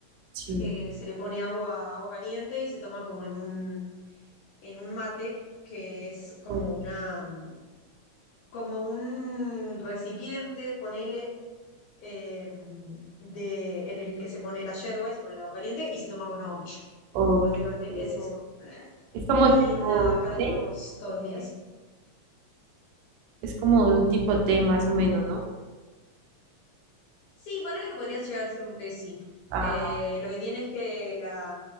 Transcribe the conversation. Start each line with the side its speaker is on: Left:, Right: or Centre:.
Right: sí.
Left: Eh, se le pone agua, agua caliente y se toma como en un, en un mate que es como
Right: o-
Left: una... mm, como un recipiente, ponele, eh, de, en el que se pone la yerba y se pone el agua caliente y se toma con una bombilla.
Right: o-
Left: Básicamente
Right: eh,
Left: es eso.
Right: Es como
Left: Y
Right: tipo
Left: nada, acá lo
Right: té,
Left: tomamos todos los días.
Right: es como un tipo té más o menos, ¿no?
Left: Sí, ponele que podría llegar a ser un té, sí.
Right: Ah,
Left: Eh, lo que tiene es que la,